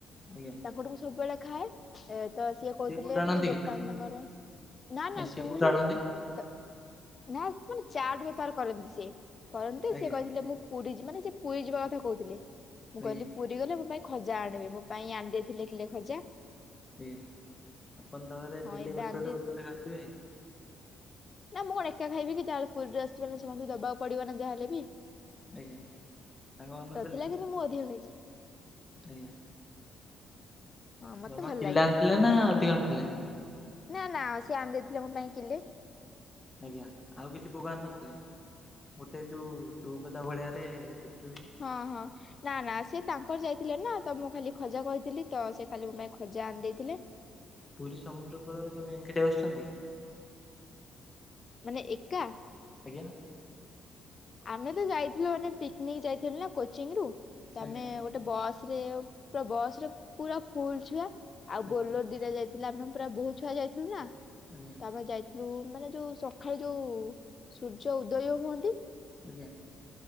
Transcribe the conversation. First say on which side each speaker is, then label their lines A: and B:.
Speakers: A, on the left; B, on the left.
A: ଆଜ୍ଞା।
B: ତାଙ୍କଠୁ ମୁଁ ସବୁବେଳେ ଖାଏ ତ ସିଏ କହୁଥିଲେ
A: ସେ କୋଉଠୁ ଆଣନ୍ତି?
B: ମାନେ ଦୋକାନ ତାଙ୍କର ନା ନା
A: ସେ
B: ଶୁଣିନାହାନ୍ତି
A: କୋଉଠୁ ଆଣନ୍ତି?
B: ତ ନା ସେ ମାନେ ଚାଟ ବେପାର କରନ୍ତି ସେ କରନ୍ତି
A: ଆଜ୍ଞା
B: ସେ କହିଥିଲେ ମୁଁ ପୁରୀ ଯିବ ମାନେ ସେ ପୁରୀ ଯିବା କଥା କହୁଥିଲେ ମୁଁ
A: ଆଜ୍ଞା
B: କହିଲି ପୁରୀ ଗଲେ ମୋ ପାଇଁ ଖଜା ଆଣିବେ ମୋ ପାଇଁ ଆଣି ଦେଇ ଥିଲେ କିଲେ ଖଜା।
A: ଆଜ୍ଞା, ଆପଣ ତାପରେ
B: ହଁ
A: ଡେଲି
B: ଏବେ
A: ଗୋଟେ
B: ଆଣିଦେଇ
A: ଗୋଟେ ଖାଉଥିବେ?
B: ନା ମୁଁ କଣ ଏକା ଖାଇବି କି ଯାହାହେଲେ ପୁରୀ ରୁ ଆସିଚି ମାନେ ସମସ୍ତଙ୍କୁ ଦବାକୁ ପଡିବ ନା ଯାହା ହେଲେ ବି।
A: ଆଜ୍ଞା। ସାଙ୍ଗ ମାନଙ୍କୁ
B: ନଥିଲା
A: ଦେଲେ?
B: କିନ୍ତୁ ମୁଁ ଅଧିକ ଖାଇଛି।
A: ଆଜ୍ଞା।
B: ହଁ ମତେ
A: ଜମା
B: ଭଲ
A: କିଲେ
B: ଲାଗେ
A: ଆଣିଥିଲେ ନା ଅଧିକ ଆଣିଥିଲେ?
B: ନା ନା ସିଏ ଆଣିଦେଇଥିଲେ ମୋ ପାଇଁ କିଲେ।
A: ଆଜ୍ଞା ଆଉ କିଛି ଭୋଗ ଆଣି ନଥିଲେ? ଗୋଟେ ଯୋଉ ଚୌପଦା ଭଳିଆରେ ଗୁପଚୁପ ହୁଏ।
B: ହଁ ହଁ। ନା ନା ସେ ତାଙ୍କର ଯାଇଥିଲେ ନା ତ ମୁଁ ଖାଲି ଖଜା କହିଥିଲି ତ ସେ ଖାଲି ମୋ ପାଇଁ ଖଜା ଆଣିଦେଇଥିଲେ।
A: ପୁରୀ ସମୁଦ୍ର କୂଳରେ କେବେ ଏଙ୍କାଟିଆ ବସିଛନ୍ତି?
B: ମାନେ ଏକା।
A: ଆଜ୍ଞା।
B: ଆମେ ତ ଯାଇଥିଲୁ ମାନେ ପିକନିକ ଯାଇଥିଲୁ ନା କୋଚିଂ ରୁ ତମେ
A: ଆଜ୍ଞା
B: ଓ ଗୋଟେ ବସ ରେ ପୁରା ବସ ରେ ପୁରା ଫୁଲ ଛୁଆ ଆଉ
A: ଆଜ୍ଞା
B: ବୋଲୋର ଦିଟା ଯାଇ ଥିଲା ଆମେ ପୁରା ବୋହୁତ ଛୁଆ ଯାଇଥିଲୁ ନା।
A: ଆଜ୍ଞା।
B: ତାଆମେ ଯାଇଥିଲୁ ମାନେ ଯୋଉ ସକାଳେ ଯୋଉ ସୂର୍ଯ୍ୟ ଉଦୟ ହୁଅନ୍ତି।
A: ଆଜ୍ଞା।